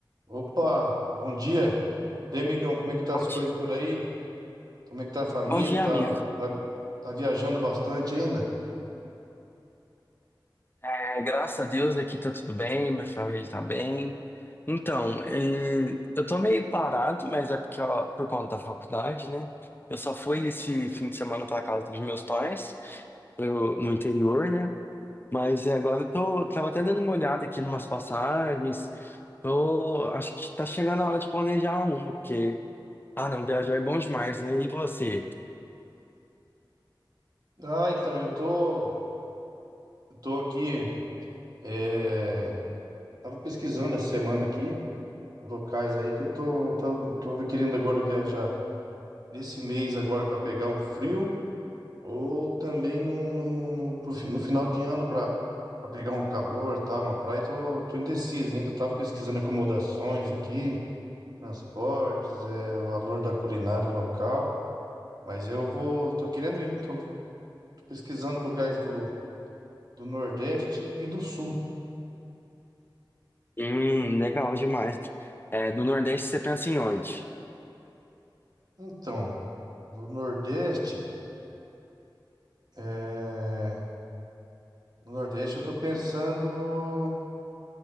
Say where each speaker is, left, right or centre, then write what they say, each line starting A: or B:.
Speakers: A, on the right; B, on the left.
A: Opa, bom dia. E aí, amigão, como é que tá
B: Bom
A: as coisas
B: dia,
A: por aí? Como é que tá a família?
B: Bom dia,
A: Tá,
B: amigo.
A: tá, tá viajando bastante ainda?
B: É, graças a Deus aqui tá tudo bem, minha família tá bem. Então, eh, eu tô meio parado, mas é porque, ó, por conta da faculdade, né? Eu só fui esse fim de semana pra casa dos meus pais, eu- no interior, né? Mas eh, agora eu tô, tava até dando uma olhada aqui numas passagens. Tô, acho que tá chegando a hora de planejar uma, porque, ah, não, viajar é bom demais, né? E você?
A: Ah, então, eu tô, eu tô aqui, é, tava pesquisando essa semana aqui, locais aí que eu tô, tô, tô querendo agora viajar nesse mês agora para pegar um frio ou também no, no, no, pro fi- no final de ano para para pegar um calor, tá, uma praia. Tô, tô indeciso ainda, eu tava pesquisando acomodações aqui. transportes, é, o valor da culinária local. Mas eu vou, tô querendo ir, tô pesquisando lugares do, do Nordeste e do Sul.
B: Hum, legal demais. É, do Nordeste você pensa em onde?
A: Então, do Nordeste, é, no Nordeste eu tô pensando